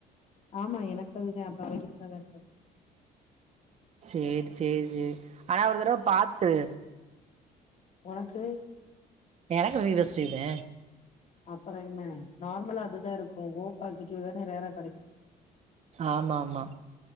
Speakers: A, on the left; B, on the right.
A: ஆமா எனக்கு அதுதே அப்ப அவெங்களுக்கு அதானே வரு
B: சேரி சேரி சேரி ஆனா ஒரு தடவ பாத்துரு
A: ஒனக்கு
B: எனக்கு பி பாசிட்டிவ் தெ
A: அப்பறொ என்ன நார்மலா அதுதா இருக்கு ஓ பாசிடிவ் தான ரேரா கெடைக்
B: ஆமா ஆமா